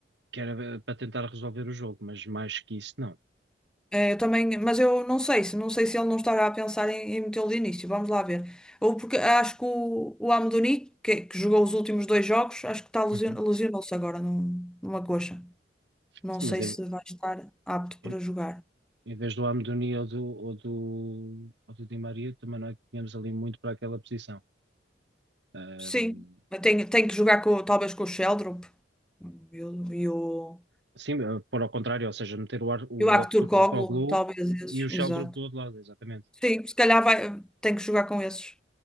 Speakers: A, on the right; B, in the centre.
A: que era para tentar resolver o jogo, mas mais que isso, não.
B: É, eu também, mas eu não sei se não sei se ele não estará a pensar em, em metê-lo de início. Vamos lá ver. Ou porque acho que o, o Amdouni, que, que jogou os últimos dois jogos, acho que está lesion-
A: Uhum.
B: lesionou-se agora num- numa coxa. Não
A: Sim,
B: sei
A: mas em,
B: se vai estar apto para
A: em-
B: jogar.
A: em vez do Amdoni ou do, ou do, ou do Di Maria, também não é que tínhamos ali muito para aquela posição. Ahm,
B: Sim, tem, tem que jogar com, talvez com o Sheldrup e o, e o,
A: sim, eh, pôr ao contrário, ou seja, meter o, Ar- o
B: e o Aktürkoğlu,
A: Arthur Toglu
B: talvez esses,
A: e o Sheldrup
B: exato.
A: do outro lado, exatamente.
B: Sim, se calhar vai, tem que jogar com esses.